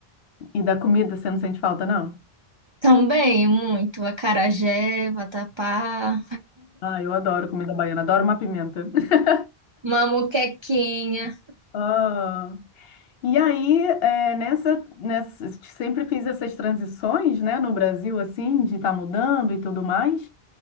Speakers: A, on the left; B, on the right.
A: E da comida você não sente falta, não?
B: Também, muito. Acarajé, vatapá,
A: Ah, eu adoro comida baiana, adoro uma pimenta. <laughs>
B: uma muquequinha.
A: Ah. E aí, é, nessa, nessa, sempre fiz essas transições, né, no Brasil, assim, de estar mudando e tudo mais.